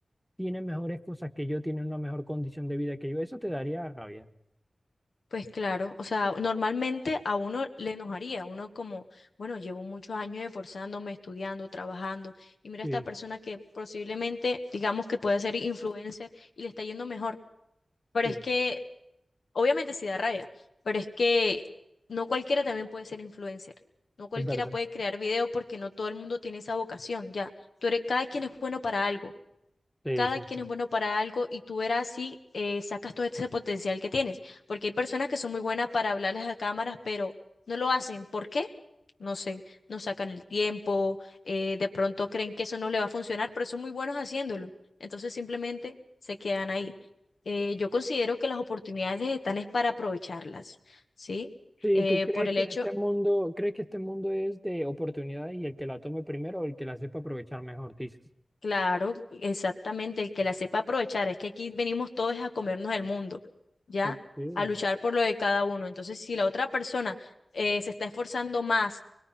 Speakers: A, in the centre; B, on the left (about 80°).
A: tiene mejores cosas que yo, tiene una mejor condición de vida que yo. Eso te daría rabia.
B: pues claro, o sea, normalmente a uno le enojaría, uno como, bueno, llevo muchos años esforzándome, estudiando, trabajando, y mira
A: Sí,
B: esta persona que posiblemente, digamos que puede ser influencer y le está yendo mejor, pero
A: sí,
B: es que Obviamente sí da rabia, pero es que no cualquiera también puede ser influencer. No cualquiera
A: es verdad.
B: puede crear video porque no todo el mundo tiene esa vocación, ya. Tú eres, cada quien es bueno para algo
A: Sí,
B: cada
A: sí,
B: quien
A: sí.
B: es bueno para algo y tú verás si eh, sacas todo ese potencial que tienes. Porque hay personas que son muy buenas para hablarles a cámaras, pero no lo hacen. ¿Por qué? No sé, no sacan el tiempo, eh, de pronto creen que eso no le va a funcionar, pero son muy buenos haciéndolo. Entonces simplemente se quedan ahí. Eh, yo considero que las oportunidades están es para aprovecharlas, ¿sí?
A: Sí,
B: Eh,
A: ¿tú crees
B: por el
A: que
B: hecho
A: este mundo, crees que este mundo es de oportunidades y el que la tome primero o el que la sepa aprovechar mejor, dices?
B: Claro, exactamente, el que la sepa aprovechar, es que aquí venimos todos a comernos el mundo, ¿ya?
A: Ok, sí,
B: A luchar por lo de cada uno. Entonces, si la otra persona eh, se está esforzando más